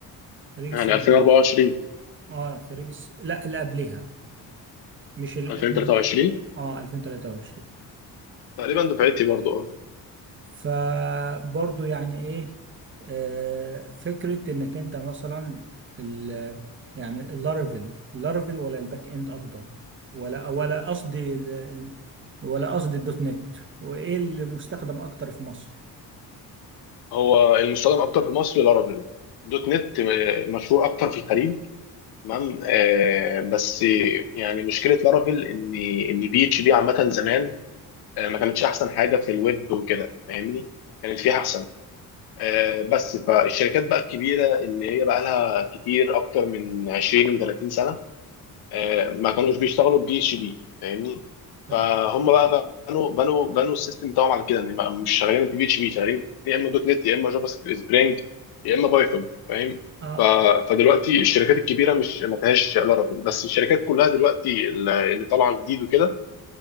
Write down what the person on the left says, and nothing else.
يعني 2024
2023
تقريبا دفعتي برضه أه.
هو المستخدم اكتر في مصر لارافيل دوت نت آه، مشهور اكتر في الخليج تمام آه، بس يعني مشكله لارافيل ان ان بي اتش بي عامه زمان آه، ما كانتش احسن حاجه في الويب وكده فاهمني كانت في احسن آه، بس فالشركات بقى الكبيره اللي هي بقى لها كتير اكتر من 20 و30 سنه آه، ما كانوش بيشتغلوا بي اتش بي فاهمني
فهم بقى بنوا بنوا بنوا السيستم بتاعهم على كده ان ما- مش شغالين بي اتش بي شغالين يا اما دوت نت يا اما جافا سكريبت سبرينج يا اما بايثون فاهم
ف- فدلوقتي الشركات الكبيره مش ما فيهاش لارافيل بس الشركات كلها دلوقتي اللي اللي طالعه جديد وكده